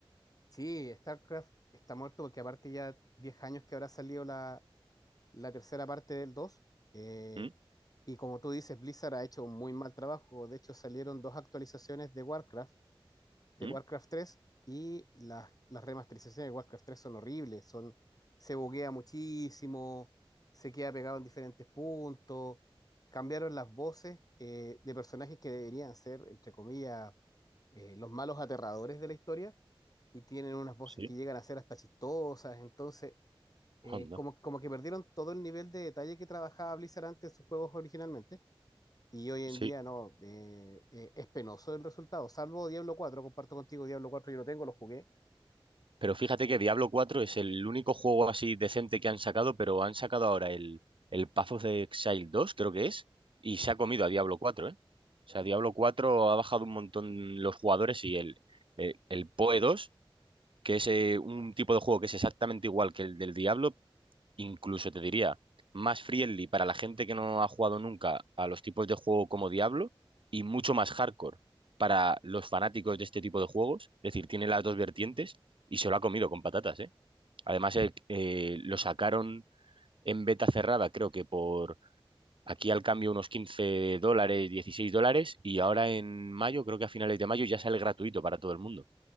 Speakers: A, on the left; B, on the right.
A: Sí, StarCraft está muerto porque aparte ya 10 años que habrá salido la, la tercera parte del 2. eh,
B: ¿Mm?
A: y como tú dices, Blizzard ha hecho un muy mal trabajo. De hecho, salieron dos actualizaciones de Warcraft de
B: ¿Mm?
A: Warcraft tres y las, las remasterizaciones de Warcraft tres son horribles, son, se buguea muchísimo, se queda pegado en diferentes puntos, cambiaron las voces eh, de personajes que deberían ser, entre comillas, eh, los malos aterradores de la historia y tienen unas voces
B: Sí,
A: que llegan a ser hasta chistosas, entonces eh,
B: anda.
A: como, como que perdieron todo el nivel de detalle que trabajaba Blizzard antes en sus juegos originalmente y hoy en
B: Sí.
A: día no, eh, eh, es penoso el resultado, salvo Diablo cuatro comparto contigo, Diablo cuatro yo lo tengo, lo jugué.
B: Pero fíjate que Diablo 4 es el único juego así decente que han sacado, pero han sacado ahora el, el Path of the Exile 2, creo que es, y se ha comido a Diablo 4, ¿eh? O sea, Diablo 4 ha bajado un montón los jugadores y el, el, el PoE 2, que es eh, un tipo de juego que es exactamente igual que el del Diablo, incluso te diría, más friendly para la gente que no ha jugado nunca a los tipos de juego como Diablo y mucho más hardcore para los fanáticos de este tipo de juegos. Es decir, tiene las dos vertientes y se lo ha comido con patatas, ¿eh? Además, eh, eh, lo sacaron en beta cerrada, creo que por aquí al cambio unos 15 dólares, 16 dólares y ahora en mayo, creo que a finales de mayo ya sale gratuito para todo el mundo.